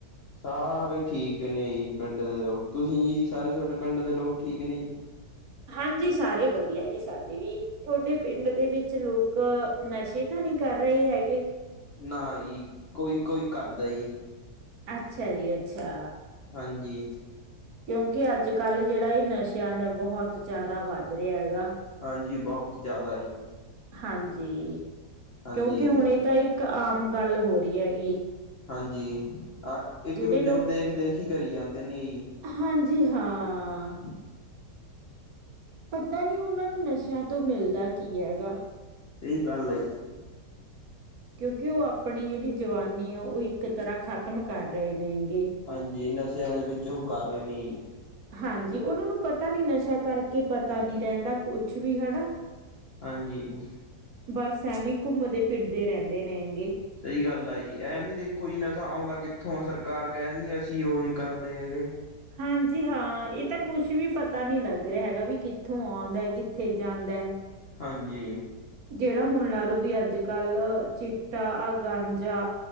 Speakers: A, on the left; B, on the right.
A: ਸਾਰੇ ਠੀਕ ਨੇ ਜੀ ਪਿੰਡ ਦੇ ਲੋਕ ਤੁਸੀਂ ਜੀ ਸਾਰੇ ਸੋਡੇ ਪਿੰਡ ਦੇ ਲੋਕ ਠੀਕ ਨੇ ਜੀ?
B: ਹਾਂਜੀ ਸਾਰੇ ਵਧੀਆ ਜੀ ਸਾਡੇ ਵੀ ਥੋਡੇ ਪਿੰਡ ਦੇ ਵਿੱਚ ਲੋਕ ਨਸ਼ੇ ਤਾਂ ਨੀ ਕਰ ਰਏ ਹੈਗੇ?
A: ਨਾ ਜੀ ਕੋਈ-ਕੋਈ ਕਰਦਾ ਜੀ।
B: ਅੱਛਾ ਜੀ ਅੱਛਾ।
A: ਹਾਂਜੀ।
B: ਕਿਉਂਕਿ ਅੱਜ ਕੱਲ੍ਹ ਜੇੜਾ ਏ ਨਸ਼ਿਆਂ ਦਾ ਬੌਹਤ ਜਾਦਾ ਵੱਧ ਰਿਆ ਹੈਗਾ।
A: ਹਾਂਜੀ ਬੋਹਤ ਜਿਆਦਾ ਜੀ।
B: ਹਾਂਜੀ
A: ਹਾਂਜੀ
B: ਕਿਉਂਕਿ ਹੁਣ ਏ ਤਾਂ ਇੱਕ ਆਮ ਗੱਲ ਹੋ ਰੀ ਐ ਗੀ।
A: ਹਾਂਜੀ ਅ ਇੱਕ
B: ਜਿਹੜੇ
A: ਦੂਜੇ
B: ਲੋਕ
A: ਨੂੰ ਦੇਖ ਦੇਖ ਹੀ ਕਰੀ ਜਾਂਦੇ ਨੇ ਜੀ।
B: ਹਾਂਜੀ ਹਾਂ।
A: <unintelligible>
B: ਪਤਾ ਨੀ ਓਨਾਂ ਨੂੰ ਨਸ਼ਿਆਂ ਤੋਂ ਮਿਲਦਾ ਕੀ ਐ ਗਾ?
A: ਸਈ ਗੱਲ ਆ ਜੀ।
B: ਕਿਉਂਕਿ ਓ ਆਪਣੀ ਜੇੜੀ ਜਵਾਨੀ ਆ ਓ ਇੱਕ ਤਰ੍ਹਾਂ ਖਤਮ ਕਰ ਰਏ ਨੇ ਗੇ।
A: ਹਾਂਜੀ ਨਸ਼ਿਆਂ ਦੇ ਵਿੱਚ ਓਹ ਕਰ ਰੇ ਨੇ ਜੀ।
B: ਹਾਂਜੀ ਓਨਾਂ ਨੂੰ ਪਤਾ ਨੀ ਨਸ਼ਾ ਕਰਕੇ ਪਤਾ ਨੀ ਰੇਂਦਾ ਕੁੱਛ ਵੀ ਹਨਾ।
A: ਹਾਂਜੀ।
B: ਬਸ ਐਵੀ ਘੁੰਮਦੇ ਫਿਰਦੇ ਰੈਂਦੇ ਨੇ ਗੇ।
A: ਸਈ ਗੱਲ ਆ ਜੀ ਐ ਵੀ ਦੇਖੋ ਜੀ ਨਸ਼ਾ ਔਂਦਾ ਕਿੱਥੋਂ ਆ ਸਰਕਾਰ ਕੈ ਦਾਂਦੀ ਅਸੀਂ ਓਹ ਨੀ ਕਰਦੇ ਹੈਗੇ।
B: ਹਾਂਜੀ ਹਾਂ ਏ ਤਾਂ ਕੁੱਸ਼ ਵੀ ਪਤਾ ਨੀ ਲੱਗ ਰਿਆ ਹੈਗਾ ਵੀ ਕਿੱਥੋਂ ਔਂਦਾ ਕਿੱਥੇ ਜਾਂਦੈ।
A: ਹਾਂਜੀ।
B: ਜੇੜਾ ਹੁਣ ਲਾ ਲਓ ਵੀ ਅੱਜ ਕੱਲ ਚਿੱਟਾ, ਆ ਗਾਂਜਾ।